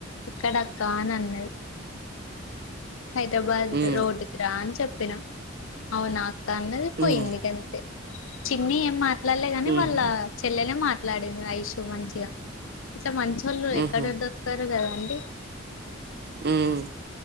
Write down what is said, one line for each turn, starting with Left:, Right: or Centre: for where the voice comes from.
Left: ఇక్కడ అక్క అని అన్నది హైద్రాబాద్
Right: ఉమ్
Left: రోడ్డుకి రా అని చెప్పిన అవునా అన్నది పోయింది
Right: ఉమ్
Left: గంతే చిన్ని ఎం మాట్లాలే గాని
Right: ఉమ్
Left: వాళ్ళ చెల్లనే మట్లా లాడిన్ ఐషు మంచిగా ఇట్లా మంచోళ్ళు
Right: ఉహు
Left: ఎక్కడ దొరకరు కదా అండి
Right: ఉమ్